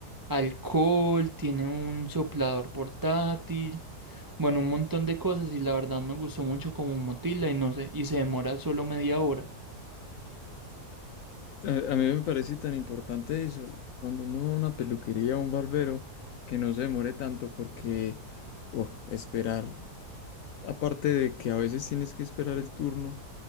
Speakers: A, on the right (about 35°); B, on the left (about 70°).
A: alcohol, tiene un soplador portátil, bueno, un montón de cosas y la verdad me gustó mucho como Motila y no sé, y se demora solo media hora.
B: A, a mí me parece tan importante eso, cuando uno va a una peluquería o un barbero, que no se demore tanto porque oh, esperar, aparte de que a veces tienes que esperar el turno.